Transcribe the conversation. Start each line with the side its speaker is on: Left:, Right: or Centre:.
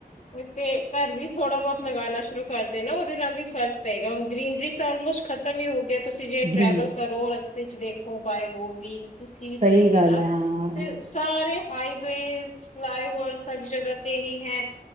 Left: ਕੋਈ ਘਰ ਵਿਚ ਥੋੜਾ ਬਹੁਤ ਲਗਾਣਾ ਸ਼ੁਰੂ ਕਰਦੇ ਨਾ ਉਹਦੇ ਨਾਲ ਵੀ ਫ਼ਰਕ ਪਏਗਾ ਹੁਣ ਗਰੀਨਰੀ ਤਾਂ ਆਲਮੋਸਟ ਖਤਮ ਹੀ ਹੋ ਗਿਆ। ਤੁਸੀਂ ਜੇ
Right: ਗ੍ਰੀਨ
Left: ਟਰੈਵਲ ਕਰੋ ਰਸਤੇ ਚ ਦੇਖੋ ਬਾਏ ਰੋਡ ਵੀ ਕਿਸੇ ਵੀ
Right: ਸਹੀ
Left: ਤਰੀਕੇ
Right: ਗੱਲ
Left: ਨਾਲ,
Right: ਹੈ ਹਾਂ
Left: ਤੇ ਸਾਰੇ ਹਾਈ ਬੇਜ਼ ਫਲਾਈਓਵਰਸ ਸਾਰੀ ਜਗ੍ਹਾ ਤੇ ਹੀ ਹੈ,